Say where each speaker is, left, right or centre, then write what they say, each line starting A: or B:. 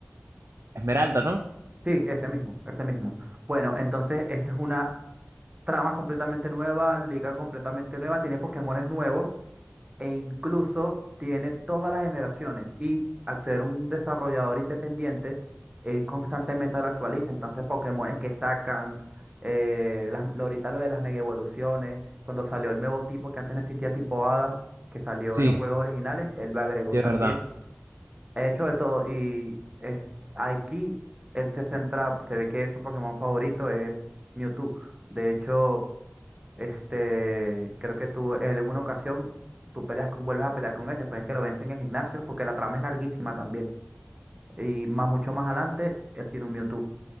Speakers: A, on the right; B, on the right.
A: Esmeralda, ¿no?
B: Sí, ese mismo, ese mismo. Bueno, entonces esta es una trama completamente nueva, liga completamente nueva, tiene Pokémones nuevos e incluso tiene todas las generaciones. Y al ser un desarrollador independiente, él constantemente lo actualiza. Entonces, Pokémones que sacan, eh, las- lo- ahorita lo de las mega evoluciones, cuando salió el nuevo tipo que antes no existía, tipo Hada, que salió
A: Sí,
B: en los juegos originales, él lo agregó
A: sí,
B: también.
A: es verdad.
B: He hecho de todo y eh, aquí él se centra, se ve que su Pokémon favorito es Mewtwo. De hecho, este, creo que tú en alguna ocasión tú peleas con- vuelves a pelear con él después de que lo vence en el gimnasio, porque la trama es larguísima también. Y más mucho más adelante, él tiene un Mewtwo.